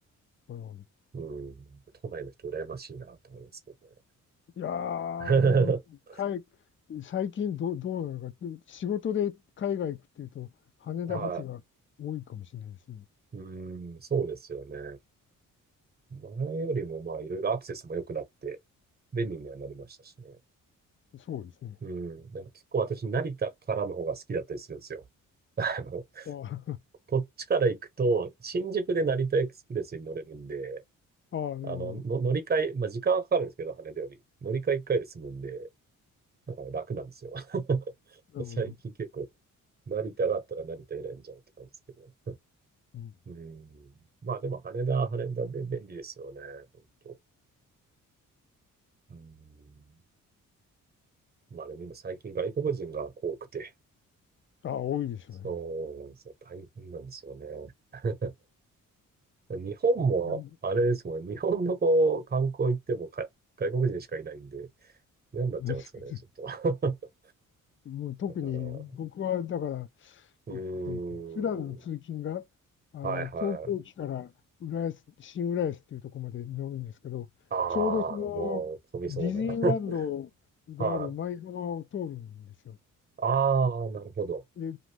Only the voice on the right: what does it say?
うん、都内の人羨ましいなと思いますけどね。
<laughs>
はい。うん、そうですよね。前よりもまあいろいろアクセスも良くなって便利にはなりましたしね。
うん、でも結構私成田からの方が好きだったりするんですよ。あの、
こっちから行くと新宿で成田エクスプレスに乗れるんで、
あの、の乗り換え、まあ時間はかかるんですけど、羽田より。乗り換え1回で済むんで、だから楽なんですよ。<laughs>
最近結構、成田があったら成田選んじゃうって感じですけど。
うん。まあでも羽田は羽田で便利ですよね。本当。うん。まあでも今最近外国人が多くて、
そうなんですよ。大変なんですよね。<laughs> 日本も、
あれですもんね。日本のこう、観光行ってもか外国人しかいないんで、嫌になっちゃいますよね、
ちょっと。<laughs>
だから、うーん。
はいはい。
ああ、
もう飛びそうな。
<laughs> はい。ああ、なるほど。